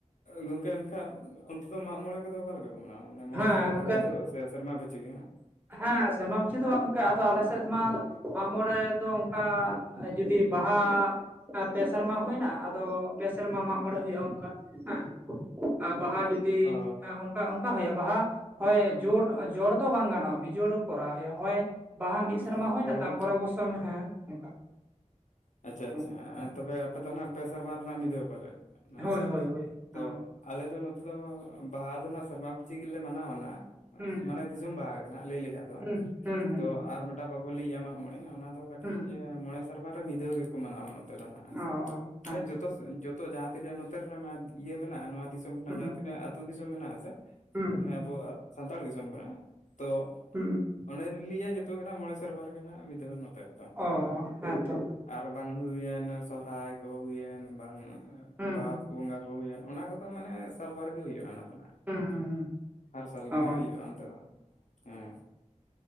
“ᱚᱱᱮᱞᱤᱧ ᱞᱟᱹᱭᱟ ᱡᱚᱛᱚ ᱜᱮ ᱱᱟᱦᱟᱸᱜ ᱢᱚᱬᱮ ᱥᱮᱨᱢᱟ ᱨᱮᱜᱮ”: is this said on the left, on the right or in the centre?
Left